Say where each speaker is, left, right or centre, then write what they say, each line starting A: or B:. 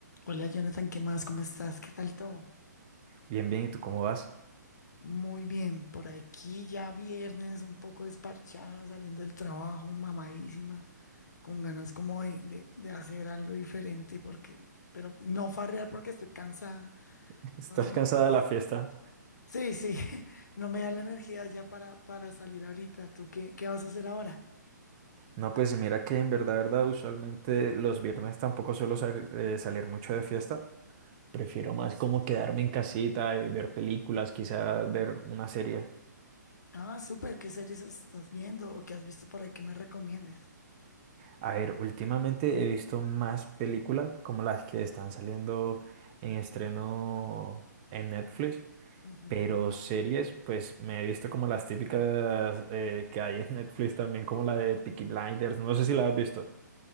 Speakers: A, on the left (about 65°); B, on the right (about 25°).
A: Hola Jonathan, ¿qué más? ¿Cómo estás? ¿Qué tal todo?
B: Bien, bien, ¿y tú cómo vas?
A: Muy bien, por aquí ya viernes, un poco desparchada, saliendo del trabajo, mamadísima, con ganas como de, de- de hacer algo diferente, porque, pero no farrear porque estoy cansada,
B: <laughs> ¿Estás
A: no sé.
B: cansada
A: pues,
B: de la fiesta?
A: Sí, sí, <laughs> no me da la energía ya para, para salir ahorita. ¿Tú qué, qué vas a hacer ahora?
B: No, pues mira que en verdad, verdad, usualmente los viernes tampoco suelo sal- eh, salir mucho de fiesta. Prefiero más como quedarme en casita y ver películas, quizá ver una serie.
A: Ah, súper, ¿qué series estás viendo o qué has visto por ahí que me recomiendes?
B: A ver, últimamente he visto más películas como las que están saliendo en estreno en Netflix,
A: Ujú.
B: pero series, pues me he visto como las típicas eh, que hay en Netflix también, como la de Peaky Blinders. No sé si la has visto.